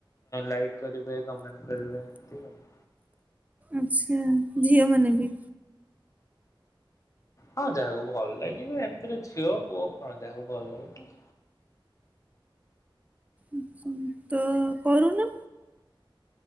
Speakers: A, on the left; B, on the right.
A: ଲାଇକ କରିବେ, କମେଣ୍ଟ କରିବେ, ଏମତି ଆଉ।
B: ଆଚ୍ଛା। ଝିଅ ମାନେ ବି?
A: ହଁ ଯାହାକୁ ଭଲ ଲାଗିବ, ଏମତିରେ ଝିଅ ପୁଅ କଣ ଯାହାକୁ ଭଲ ଲାଗିବ।
B: ଆଚ୍ଛା। ତ କରୁନ।